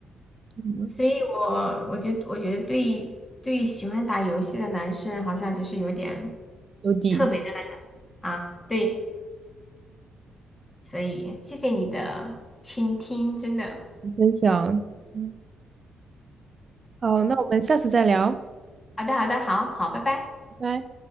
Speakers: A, on the right (about 40°); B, on the left (about 25°).
A: 嗯
B: 所以我我觉得我觉得对对喜欢打游戏的男生好像就是有点
A: 有底，
B: 特别的那个啊，对，所以谢谢你的倾听，真的，
A: 你先想。嗯，好，那我们下次再聊。
B: 好的好的，好好，拜拜。
A: 拜拜。